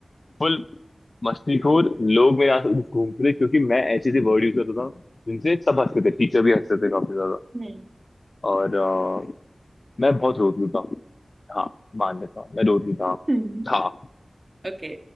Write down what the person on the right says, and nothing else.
हम्म
हम्म
ओके